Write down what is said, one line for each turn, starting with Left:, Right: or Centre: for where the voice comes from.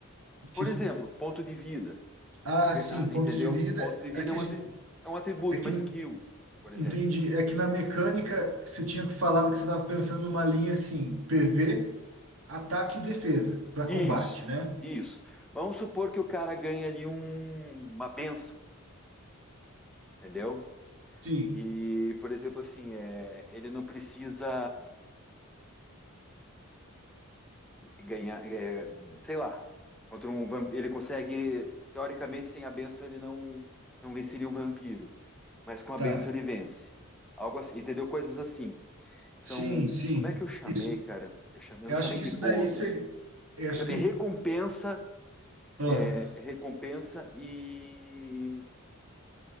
Centre: Por
Right: Que,
Centre: exemplo, ponto de vida.
Right: ah,
Centre: Ga-
Right: sim,
Centre: ah,
Right: pontos
Centre: entendeu?
Right: de vida.
Centre: Ponto de vida
Right: É que
Centre: é um,
Right: a gente,
Centre: atri- é um atributo,
Right: é que
Centre: uma skill, por exemplo.
Right: entendi. É que na mecânica você tinha falado que você estava pensando numa linha assim, PV, ataque e defesa para
Centre: Isso,
Right: combate, né?
Centre: isso. Vamos supor que o cara ganha ali um- uma benção, entendeu?
Right: Sim,
Centre: Que, por exemplo, assim, é, ele não precisa ganhar, é, sei lá, contra um vam- ele consegue, teoricamente, sem a benção ele não, não venceria um vampiro, mas com a
Right: tá.
Centre: benção ele vence. Algo assim, entendeu? Coisas assim. São.
Right: Sim, sim.
Centre: Como é que eu chamei,
Right: Isso.
Centre: cara? Eu chamei, eu
Right: Eu
Centre: não chamei
Right: acho que
Centre: de
Right: isso
Centre: bônus.
Right: daí seria. Eu
Centre: Eu
Right: acho
Centre: chamei
Right: que
Centre: recompensa,
Right: ah,
Centre: é, recompensa e